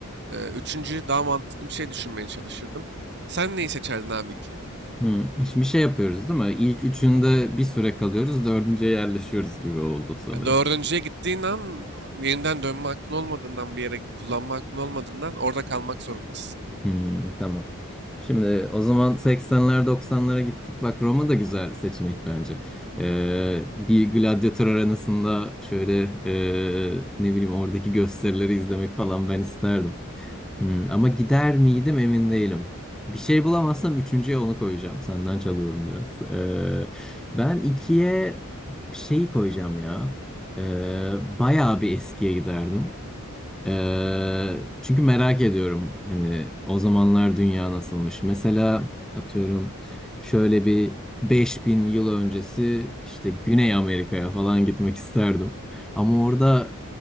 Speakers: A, on the right; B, in the centre.
A: Ee, üçüncüyü daha mantıklı bir şey düşünmeye çalışırdım. Sen neyi seçerdin abi ki?
B: Hmm. Şimdi şey yapıyoruz değil mi? İlk üçünde bir süre kalıyoruz, dördüncüye yerleşiyoruz gibi oldu sanırım.
A: Ya dördüncüye gittiğin an yeniden dönme hakkın olmadığından bir yere kullanma hakkın olmadığından orada kalmak zorundasın.
B: Hmm, tamam. Şimdi o zaman 80'ler 90'lara gittik. Bak Roma da güzel seçenek bence. Ee, bir gladyatör arenasında şöyle ee, ne bileyim oradaki gösterileri izlemek falan ben isterdim. Hmm, ama gider miydim emin değilim. Bir şey bulamazsam üçüncüye onu koyacağım. Senden çalıyorum biraz. Ee, ben ikiye şeyi koyacağım ya. Ee, bayağı bir eskiye giderdim. Ee, çünkü merak ediyorum hani o zamanlar dünya nasılmış. Mesela atıyorum şöyle bir 5000 yıl öncesi işte Güney Amerika'ya falan gitmek isterdim. Ama orada